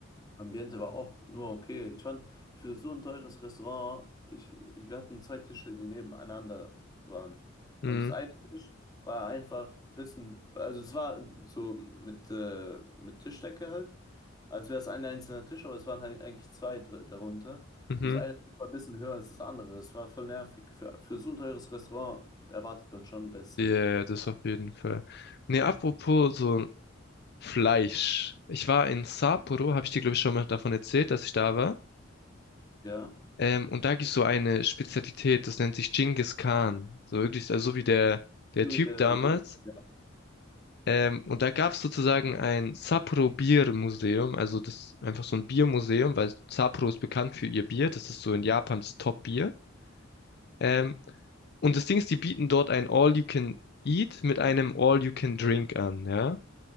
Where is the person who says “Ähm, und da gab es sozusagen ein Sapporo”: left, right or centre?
Left